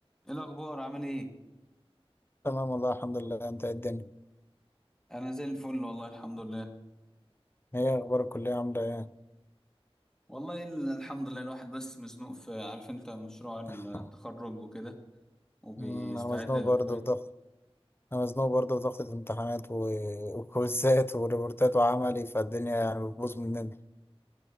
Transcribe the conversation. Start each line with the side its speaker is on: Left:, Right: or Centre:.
Centre: ايه الاخبار عامل ايه
Left: تمام والله الحمد لله انت ايه الدنيا
Centre: انا زي الفل والله الحمد لله
Left: ايه اخبار الكلية عاملة ايه
Centre: والله ال- الحمد لله الواحد بس مزنوق في عارف انت مشروع التخرج
Left: <laughs>
Centre: وكده وبيستعد
Left: مم، انا مزنوق
Centre: اه للفاينل
Left: برضه في ضغط انا مزنوق برضه في ضغط الامتحانات و- وكويزات وريبورتات وعملي فالدنيا يعني بتبوظ مننا